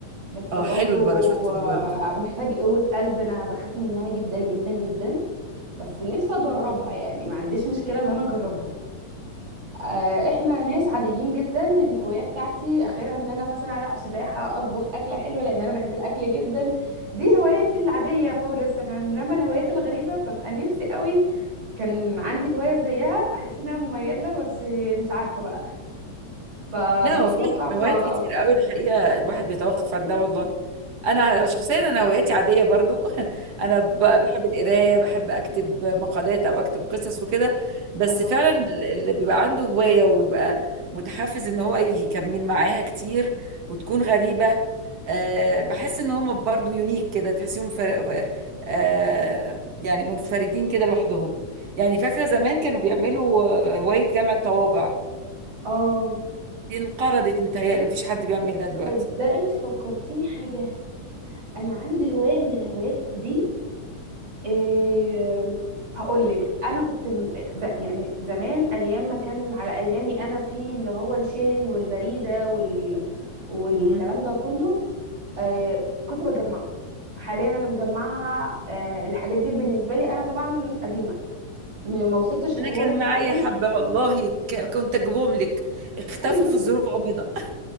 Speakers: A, on the right; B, on the right.
A: بس
B: اه
A: برضو
B: حلو الباراشوت
A: آه
B: دي برضو
A: محتاج قوة قلب انا بخاف منها جدا جدا جدا بس نفسي اجربها يعني ما عنديش مشكلة ان انا اجربها آه، احنا ناس عاديين جدا الهوايه بتاعتي اخرها ان انا مثلا العب سباحه اطبخ اكله حلوه لان انا بحب الاكل جدا دي هواياتي العاديه خالص انا انما الهوايات الغريبه ببقى نفسي قوي كان عندي هوايه زيها احس انها مميزه بس مش عارفه بقى فالموضوع
B: لا هو في
A: صعب
B: هوايات
A: صعب
B: كتير
A: قوي
B: قوي الحقيقه الواحد بيتوقف عن ده والله انا شخصيا انا هواياتي عاديه برضو <laughs> انا ب- بحب القرايه بحب اكتب مقالات او اكتب قصص وكده بس
A: الله
B: فعلا
A: اه
B: اللي بيبقى عنده هوايه ويبقى متحفز ان هو يكمل معاها كتير وتكون غريبه أه بحس ان هم برضو يونيك كده تحسيهم فر... أه آه، يعني منفردين كده لوحدهم يعني فاكره زمان كانوا بيعملوا آه، هوايه جمع الطوابع
A: اه
B: دي انقرضت متهيألي مفيش حد بيعملها دلوقتي
A: طب ده انت فكرتيني حاجة انا عندي هواية من الهوايات دي إيه هقول لك انا كنت م- ز- يعني زمان ايام ما كان على ايامي انا في اللي هو الشيلن والبريزه وال... والكلام
B: مم.
A: ده كله آه كنت بجمعه حاليا انا مجمعها آه الحاجات دي بالنسبه لي انا طبعا قديمه م- ما وصلتش لحوار
B: انا كان
A: القروش
B: معايا حبة والله ك- كنت اجيبهم لك اختفوا
A: <laughs>
B: في ظروف غامضة